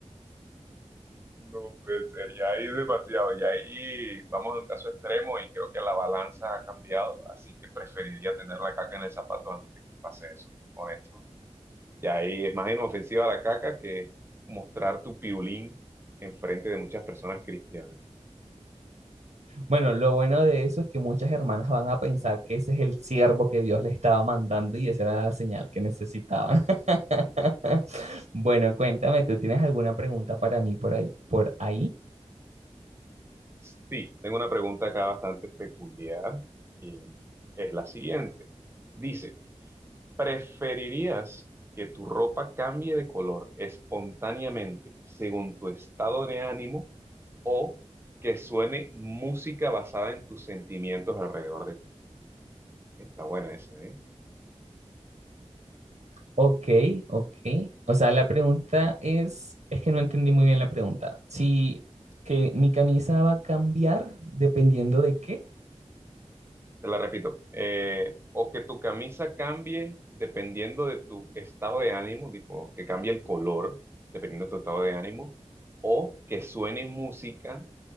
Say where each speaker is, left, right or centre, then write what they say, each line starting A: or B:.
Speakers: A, on the right (about 20°); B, on the right (about 80°).
A: No puede ser, ya ahí es demasiado, ya ahí vamos a un caso extremo y creo que la balanza ha cambiado, así que preferiría tener la caca en el zapato antes de que pase eso, honestamente. Y ahí es más inofensiva la caca que mostrar tu pirulín enfrente de muchas personas cristianas.
B: Bueno, lo bueno de eso es que muchas hermanas van a pensar que ese es el siervo que Dios le estaba mandando y esa era la señal que necesitaban. <laughs> Bueno, cuéntame, ¿tú tienes alguna pregunta para mí por ahí, por ahí?
A: Sí, tengo una pregunta acá bastante peculiar y es la siguiente. Dice, ¿preferirías que tu ropa cambie de color espontáneamente según tu estado de ánimo o que suene música basada en tus sentimientos alrededor de ti? Está buena esa, ¿eh?
B: Ok, ok. O sea, la pregunta es, es que no entendí muy bien la pregunta. Si que mi camisa va a cambiar dependiendo de qué.
A: Te la repito. eh, o que tu camisa cambie dependiendo de tu estado de ánimo, tipo que cambie el color dependiendo de tu estado de ánimo, o que suene música